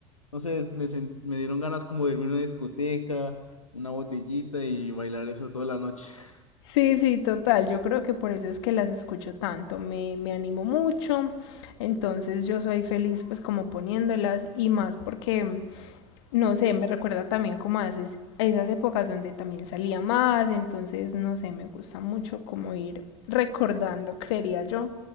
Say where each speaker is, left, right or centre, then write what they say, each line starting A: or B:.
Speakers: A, on the left; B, on the left.
A: no sé, es- me, sen- me dieron ganas como de irme a una discoteca, una botellita y bailar eso toda la noche. <laughs>
B: Sí, sí, total. Yo creo que por eso es que las escucho tanto. Me, me animo mucho. Entonces yo soy feliz pues como poniéndolas y más porque no sé, me recuerda también como a esas, a esas épocas donde también salía más, entonces no sé, me gusta mucho como ir recordando, creería yo.